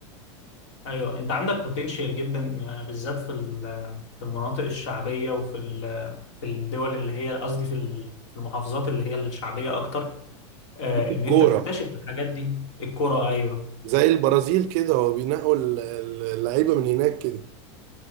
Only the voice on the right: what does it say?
دي في
الكوره
زي البرازيل كده هو بينقوا ال- ال- اللعيبه من هناك كده